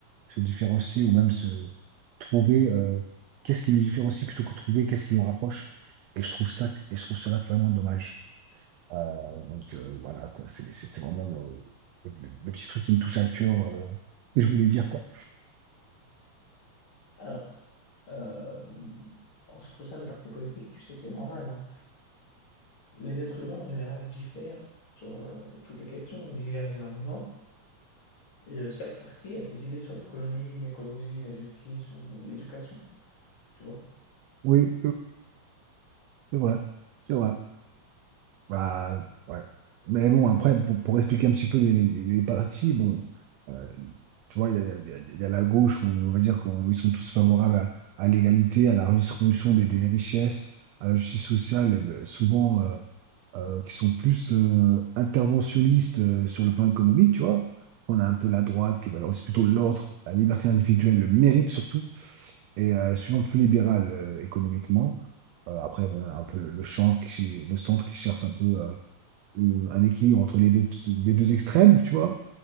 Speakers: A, on the right (about 90°); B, on the left (about 45°).
A: se différencier ou même se trouver euh, qu'est-ce qui nous différencie plutôt que trouver qu'est-ce qui nous rapproche. Et je trouve ça, et je trouve cela vraiment dommage. Euh, donc euh, voilà, quoi, c'est c'est- c'est vraiment le, le- le petit truc qui me touche à cœur euh, que je voulais dire, quoi.
B: Alors, euh, en ce qui concerne les partis politiques, tu sais, c'est normal, hein. les êtres humains en général diffèrent sur euh, toutes les questions, ils divergent énormément. Et euh, chaque parti a ses idées sur l'économie, l'écologie, la justice ou l'éducation, tu vois.
A: Oui, C'est vrai, c'est vrai. Bah, ouais. Mais bon, après, pour, pour expliquer un petit peu les, les- les partis, bon, euh, tu vois, il y a, il y a- il y a il y a la gauche où on va dire qu'ils sont tous favorables à, à l'égalité, à la redistribution des, des richesses, à la justice sociale, euh, souvent euh, euh, qui sont plus euh, interventionnistes euh, sur le plan économique, tu vois. Après, on a un peu la droite qui valorise plutôt l'ordre, la liberté individuelle, le mérite surtout et euh, souvent plus libéral euh, économiquement. Euh, après, bon, on a un peu le centre qui, le centre qui cherche un peu euh, une- un équilibre entre les deux, les deux extrêmes, tu vois.